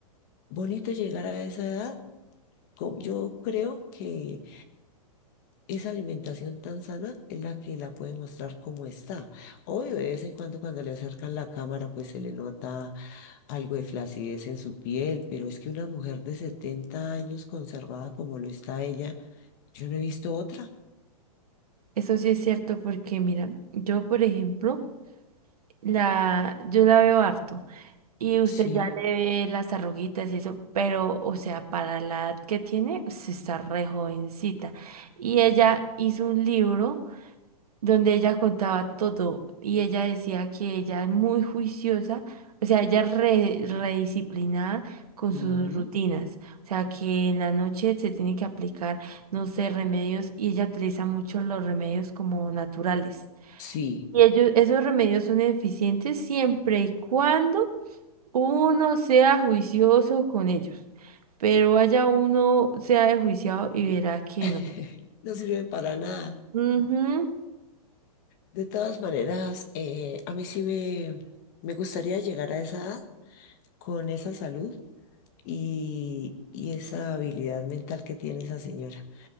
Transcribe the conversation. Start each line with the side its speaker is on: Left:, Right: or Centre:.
Left: bonito llegar a esa edad. co- Yo creo que esa alimentación tan sana es la que la puede mostrar como está. Obvio, de vez en cuando cuando le acercan la cámara, pues se le nota algo de flacidez en su piel, pero es que una mujer de 70 años conservada como lo está ella, yo no he visto otra.
Right: Eso sí es cierto porque, mira, yo, por ejemplo, la, yo la veo harto y usted
Left: Sí,
Right: ya le ve las arruguitas y eso, pero, o sea, para la edad que tiene, se está re jovencita. Y ella hizo un libro. donde ella contaba todo y ella decía que ella es muy juiciosa, o sea, ella es re, redisciplinada con sus
Left: ujú,
Right: rutinas, o sea, que en la noche se tiene que aplicar, no sé, remedios y ella utiliza mucho los remedios como naturales.
Left: Sí,
Right: Y ellos, esos remedios son eficientes siempre y cuando uno sea juicioso con ellos, pero vaya uno sea desjuiciado y verá que
Left: <laughs>
Right: no.
Left: no sirve para nada.
Right: Ujú,
Left: De todas maneras, eh, a mí sí me, me gustaría llegar a esa edad con esa salud y, y esa habilidad mental que tiene esa señora.